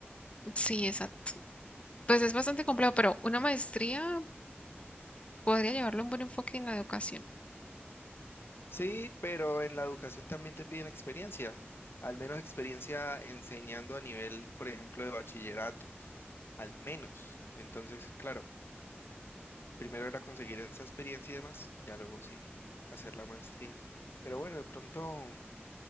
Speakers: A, on the left; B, on the left.
A: Sí, exacto. Pues es bastante complejo, pero una maestría podría llevarle un buen enfoque en la educación.
B: Sí, pero en la educación también te piden experiencia, al menos experiencia enseñando a nivel, por ejemplo, de bachillerato, al menos. Entonces, claro, primero era conseguir esa experiencia y demás, ya luego sí, hacer la maestría. Pero bueno, de pronto,